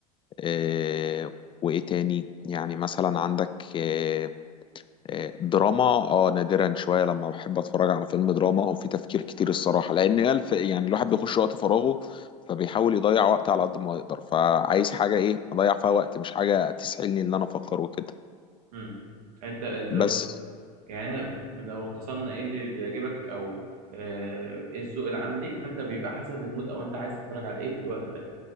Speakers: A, on the left; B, on the right.
A: آه، وإيه تاني يعني مثلا عندك آه، دراما اه نادرا شويه لما بحب اتفرج على فيلم دراما او في تفكير كتير الصراحه لان الف يعني الواحد بيخش وقت فراغه فبيحاول يضيع وقت على قد ما يقدر فعايز حاجه ايه اضيع فيها وقت مش حاجه تسحلني ان انا افكر وكده
B: مم. انت لو
A: بس
B: يعني أنا لو اختصرنا ايه اللي بيعجبك او آه، ايه الذوق العام ليك فانت بيبقى حسب المود او انت عايز تتفرج على ايه في الوقت ده